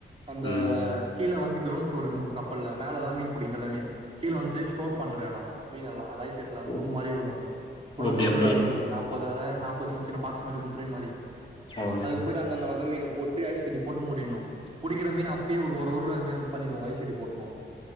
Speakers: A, on the right; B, on the left.
A: அந்த
B: ம்
A: கீழ வந்து கிரண்ட் ஃப்ளோர் இருக்கு கப்பல்ல மேல தா மீன்புடிக்கிறது எல்லாமே கீழ வந்து ஸ்டோர் பண்ற எடோ மீனெல்லா ரைஸ் சேட் எல்லாருக்கு
B: ஓ
A: ஒரு ரூம் மாரி இருக்கு ஃபுல்லாமே
B: ஓ அப்டியா
A: ஒரு
B: ப்ரோ ஓ
A: நாப்பது அர நாற்பது சின்ன சின்ன பாக்ஸ் மாரி குட்ரே மாரி
B: அவ்ளு
A: அதுல போயிட்டு அந்தந்த வக மீன போட்டு ஐஸ் கட்டி போட்டு மூடிர்னு புடிக்கிற மீணு அப்பே ஒரு ஒரு ஊர்ல அதுமாரி பண்ணிடுவோ ஐஸ் கட்டி போட்ருவோ